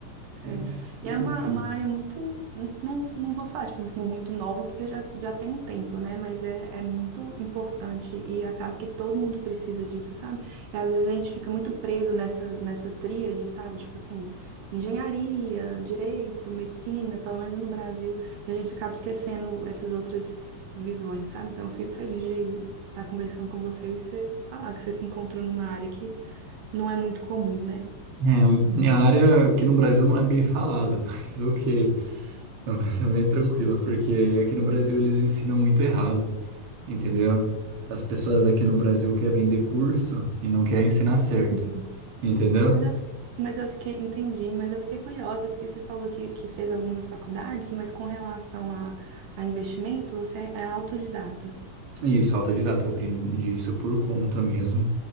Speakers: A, on the right; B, on the right.
A: Mas
B: É. E
A: tranquilo.
B: é uma, uma área muito. n- Não, não vou falar, tipo assim, muito nova, porque já, já tem um tempo, né? Mas é, é muito importante e acaba que todo mundo precisa disso, sabe? E às vezes a gente fica muito preso nessa, nessa tríade, sabe? Tipo assim, engenharia, direito, medicina, pelo menos no Brasil, e a gente acaba esquecendo essas outras visões, sabe? Então eu fico feliz de estar conversando com vocês e você falar que você se encontrou numa área que Não é muito comum, né?
A: É, minha área aqui no Brasil não é bem falada, <laughs> mas ok, é bem tranquila, porque aqui no Brasil eles ensinam muito errado, entendeu? As pessoas aqui no Brasil querem vender curso e não querem ensinar certo,
B: Uhum.
A: entendeu?
B: Mas eu, mas eu fiquei, entendi, mas eu fiquei curiosa, porque você falou que, que fez algumas faculdades, mas com relação a, a investimento, você é autodidata.
A: E isso, autodidata, eu aprendi isso por conta mesmo,